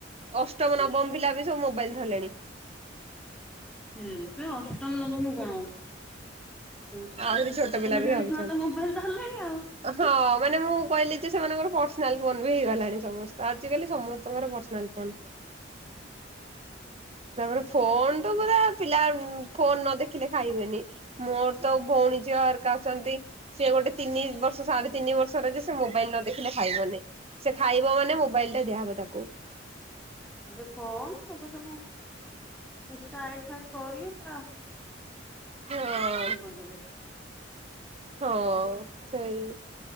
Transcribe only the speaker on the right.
ଅଷ୍ଟମ ନବମ ପିଲା ବି ସବୁ ମୋବାଇଲ ଧରଲେଣି।
ଆହୁରି ଛୋଟ
ପିଲା ବି
ଧରୁଛନ୍ତି।
ହଁ ମାନେ ମୁଁ କହିଲି ଯେ ସେମାନଙ୍କର ପର୍ସନାଲ ଫୋନ ବି ହେଇଗଲାଣି ସମସ୍ତ ଆଜିକାଲି ସମସ୍ତଙ୍କର ପର୍ସ <unintelligible> ତାପରେ ଫୋନ ତ ପୁରା ପିଲା ଉଁମ୍ ଫୋନ ନ ଦେଖିଲେ ଖାଇବେନି। ମୋର ତ ଭଉଣୀ ଝିଅ ହେରିକା ଆସିଚନ୍ତି ସିଏ ଗୋଟେ ତିନି ବର୍ଷ ସାଡ଼େ ତିନି ବର୍ଷର ଯେ ସେ ମୋବାଇଲ ନ ଦେଖିଲେ ଖାଇବନି ସେ ଖାଇବ ମାନେ ମୋବାଇଲ ଟା ଦିଆହେବ ତାକୁ।
ହଁ।
ହଁ ସେଇ।